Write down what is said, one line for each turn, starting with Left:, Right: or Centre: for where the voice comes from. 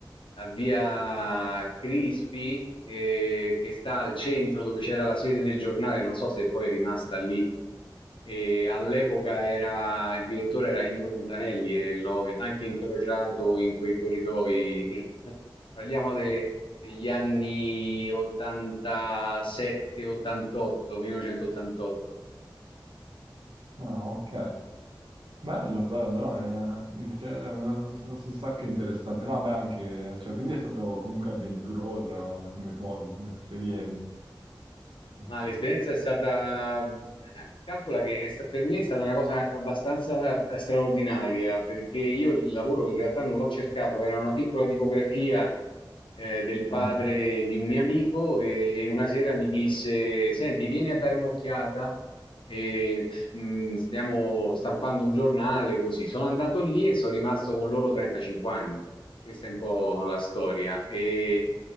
Left: a Via Crispi eh, che sta al centro dove c'era la sede del giornale, non so se poi è rimasta lì. e all'epoca era, il direttore era Indro Montanelli e l'ho anche incrociato in quei corridoi. <laughs> Parliamo de- degli anni 87-88, 1988.
Right: Ah, ok. Bello, bello, no, è inte- eh, sono, sono un sacco interessante. No, beh, anche, cioè, quindi è stato comunque avventurosa come cosa, come esperienza. Mm.
Left: Ma l'esperienza è stata, calcola che è sta- per me è stata una cosa abbastanza eh, straordinaria, perché io il lavoro in realtà non l'ho cercato, era una piccola tipografia eh, del padre
Right: Mm.
Left: di un mio amico che e una sera mi disse, senti, vieni a dare un'occhiata, e, mm, stiamo stampando un giornale, così. Sono andato lì e sono rimasto con loro 35 anni. Questa è un po' la storia. E